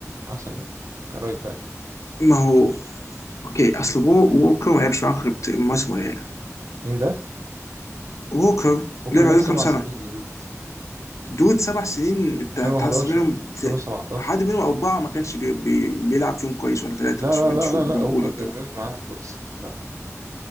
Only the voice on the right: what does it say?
احسن منه كرايت باك يعني
مين ده
بوكر
لعب
سبع
سنين يا دود
2011
2017
لا لا
لا
لا
لا
بوكر
كان جامد معانا في كل السنين لا لا